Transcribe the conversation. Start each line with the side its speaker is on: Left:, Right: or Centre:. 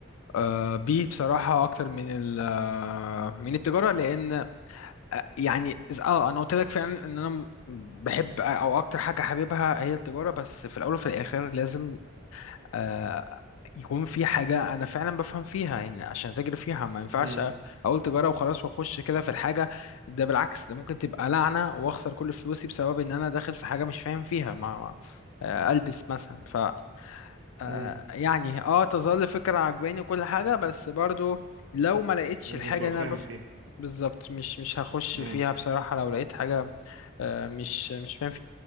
Left: أه بيه بصراحه اكتر من ال آه، من التجاره لان أه، يعني إز- اه انا قلت لك فعلا ان انا م- بحب او اكتر حاجه حاببها هي التجاره بس في الاول وفي الاخر لازم آه، يكون في حاجة أنا فعلا بفهم فيها يعني عشان أتاجر فيها ما ينفعش
Right: امم
Left: أقول تجارة وخلاص وأخش كده في الحاجة ده بالعكس ده ممكن تبقى لعنة وأخسر كل فلوسي بسبب إن أنا داخل في حاجة مش فاهم فيها ما ما- آه، ألبس مثلا ف آه،
Right: امم
Left: يعني أه تظل فكرة عجباني وكل حاجة بس برضو لو ما لقيتش
Right: لازم
Left: الحاجة
Right: تبقى
Left: اللي
Right: فاهم
Left: أنا بف...
Right: فيها
Left: بالظبط مش مش هخش
Right: امم
Left: فيها بصراحة لو لقيت حاجة آه، مش مش فاهم